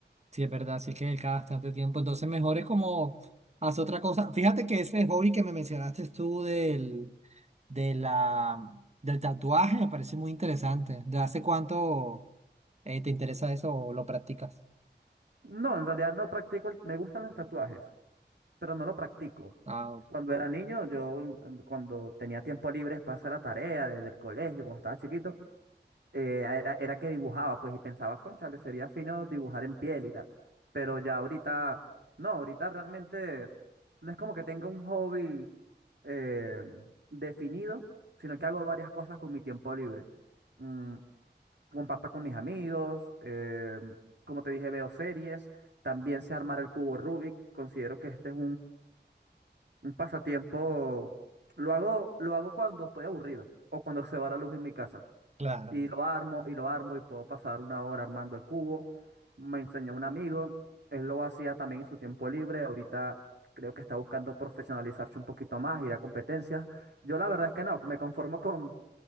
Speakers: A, on the right (about 35°); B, on the right (about 70°).
A: sí es verdad, sí es que cada bastante tiempo, entonces mejor es como hacer otra cosa. Fíjate que ese hobby que me mencionaste tú del, de la, del tatuaje me parece muy interesante. ¿De hace cuánto? Eh, ¿te interesa eso o lo practicas?
B: No, en realidad no practico, el- me gustan los tatuajes, pero no lo practico.
A: Ah, ok.
B: Cuando era niño, yo mm, cuando tenía tiempo libre para hacer la tarea desde el colegio, cuando estaba chiquito, eh, era, era que dibujaba, pues, y pensaba, cónchale, sería fino dibujar en piel y tal. Pero ya ahorita, no, ahorita realmente no es como que tenga un hobby eh, definido, sino que hago varias cosas con mi tiempo libre. Mm, comparto con mis amigos, eh, como te dije, veo series, también sé armar el cubo Rubik, considero que este es un pasatiempo lo hago, lo hago cuando estoy aburrido o cuando se va la luz en mi casa.
A: claro,
B: Y lo armo y lo armo y puedo pasar una hora armando el cubo. Me enseñó un amigo, él lo hacía también en su tiempo libre. Ahorita creo que está buscando profesionalizarse un poquito más, ir a competencias. Yo la verdad es que no, me conformo con,